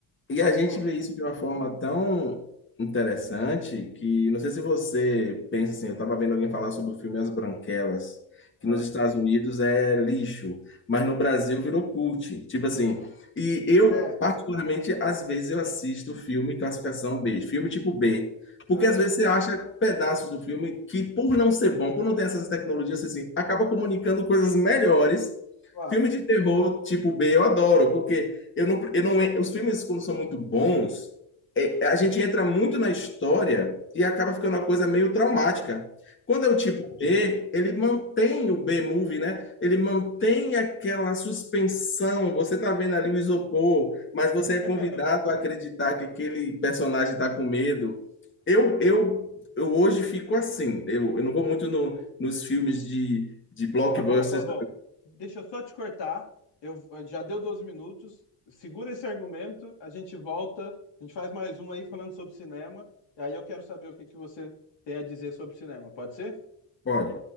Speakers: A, on the left; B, on the left.
A: E a gente
B: Ó,
A: vê isso de uma forma tão interessante que não sei se você pensa assim, eu estava vendo alguém falar sobre o filme As Branquelas, que
B: aham.
A: nos Estados Unidos é lixo, mas no Brasil virou cult. Tipo assim, e eu,
B: É.
A: particularmente, às vezes eu assisto filme classificação B, filme tipo B, porque
B: Aham.
A: às vezes você acha pedaços do filme que, por não ser bom, por não ter essas tecnologias, você assim, acaba comunicando coisas melhores.
B: Claro.
A: Filme de terror tipo B eu adoro, porque eu não, eu não, os filmes, quando são muito bons, é, é, a gente entra muito na história e acaba ficando uma coisa meio traumática. Quando é o tipo B, ele mantém o B-movie, né? Ele mantém aquela suspensão. Você tá vendo ali o isopor, mas você é
B: <laughs>
A: convidado a acreditar que aquele personagem tá com medo. Eu, eu, eu hoje fico assim. Eu, eu não vou muito no, nos filmes de, de blockbusters.
B: Fabão, Fabão, deixa eu só te cortar. Eu eh, já deu 12 minutos. Segura esse argumento, a gente volta, a gente faz mais um aí falando sobre cinema. E aí eu quero saber o que que você tem a dizer sobre cinema, pode ser?
A: pode